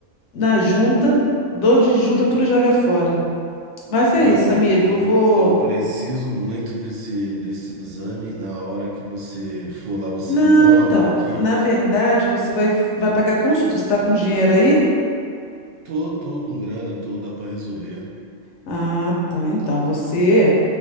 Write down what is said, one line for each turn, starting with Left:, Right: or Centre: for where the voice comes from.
Left: na junta, dor de junta, tudo joga fora. Mas
Right: Minha
Left: é isso,
Right: amiga,
Left: amigo.
Right: eu,
Left: Eu vou.
Right: eu preciso muito desse, desse exame. Na hora que você for lá, você
Left: Não,
Right: me dá um
Left: então.
Right: alô aqui.
Left: Na verdade, você vai, vai pagar consulta. Você tá com dinheiro aí?
Right: Tô, tô com grana, tô, dá pra resolver.
Left: Ah, tá. Então, você.